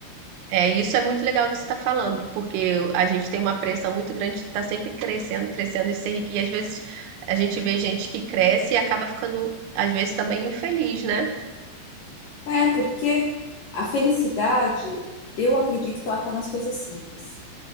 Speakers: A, on the right; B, on the left.
A: É, isso é muito legal que você está falando, porque a gente tem uma pressão muito grande de estar sempre crescendo, crescendo e ser rico. E às vezes a gente vê gente que cresce e acaba ficando, às vezes, também infeliz, né?
B: É, porque a felicidade, eu acredito que ela está nas coisas simples.